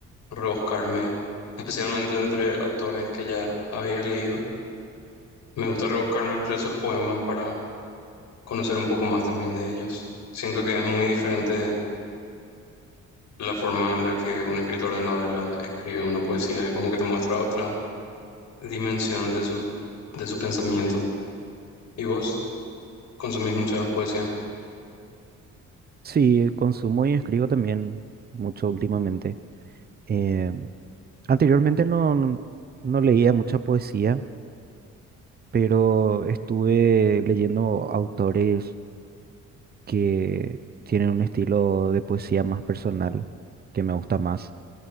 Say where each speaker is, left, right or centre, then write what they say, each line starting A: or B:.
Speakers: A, on the left (about 65°); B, on the right (about 30°).
A: rebuscarme, especialmente entre autores que ya había leído, me gusta rebuscarme entre sus poemas para conocer un poco más también de ellos. Siento que es muy diferente la forma en la que un escritor de novelas escribe una poesía, es como que te muestra otra dimensión de su, de su pensamiento. ¿Y vos consumís mucha poesía?
B: Sí, consumo y escribo también mucho últimamente. Eh, anteriormente no, no no leía mucha poesía, pero estuve leyendo autores que tienen un estilo de poesía más personal, que me gusta más,